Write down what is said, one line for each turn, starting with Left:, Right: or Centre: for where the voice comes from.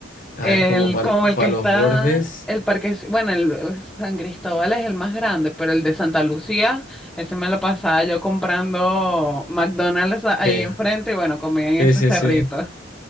Left: A
Centre: El,
Left: ver, como para
Centre: como el que está,
Left: los bordes.
Centre: el parque, bueno, el eh, San Cristóbal es el más grande, pero el de Santa Lucía, ese me lo pasaba yo comprando McDonald's a- ahí
Left: Sí,
Centre: enfrente y bueno, comía en
Left: sí,
Centre: ese
Left: sí,
Centre: cerrito.
Left: sí.